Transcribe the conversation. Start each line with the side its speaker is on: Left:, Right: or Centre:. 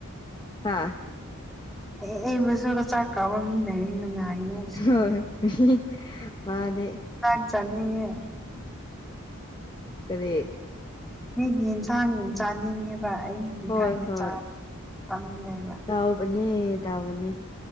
Left: ꯍꯥꯥ
Centre: ꯑꯦ ꯑꯩꯕꯨꯁꯨ ꯆꯥꯛ ꯀꯥꯕ ꯃꯤ ꯂꯩ ꯅꯨꯡꯉꯥꯏꯅꯦ
Left: ꯍꯣꯏ ꯃꯥꯅꯦ
Centre: ꯇꯅꯤ ꯆꯉ
Left: ꯀꯔꯤ
Centre: ꯃꯤꯒꯤ ꯌꯦꯟꯁꯥꯡ ꯆꯥꯅꯤꯡꯉꯦꯕ ꯑꯩ ꯒꯤ
Left: ꯍꯣꯏ
Centre: ꯈꯥꯛꯇꯤ
Left: ꯍꯣꯏ
Centre: ꯆꯥꯎ ꯇꯝꯂꯤꯉ ꯍꯥꯏꯕ
Left: ꯇꯥꯎꯕꯅꯦ ꯇꯥꯎꯕꯅꯦ